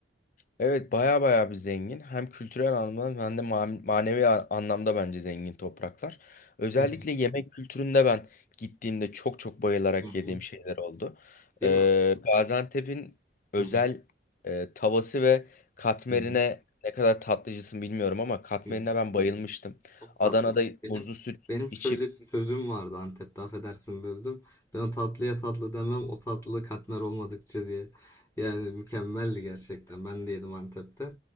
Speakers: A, on the left (about 45°); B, on the left (about 15°).
A: Evet baya baya bir zengin. Hem kültürel anlamda hem de ma- manevi a- anlamda bence zengin topraklar. Özellikle
B: Hı,
A: yemek kültüründe ben gittiğimde çok çok bayılarak
B: Hı hı. hı.
A: yediğim şeyler oldu.
B: Değil
A: Ee,
B: mi?
A: Gaziantep'in özel
B: Hı hı.
A: e, tavası ve katmerine
B: Hı hı.
A: ne kadar tatlıcısın bilmiyorum ama katmerine
B: Hı hı.
A: ben bayılmıştım.
B: Çok
A: Adana'da
B: tatlı. Benim
A: muzlu süt
B: benim
A: içip
B: şöyle bir sözüm vardı Antep'te affedersin böldüm. Ben o tatlıya tatlı demem o tatlı katmer olmadıkça diye. Yani mükemmeldi gerçekten. Ben de yedim Antep'te.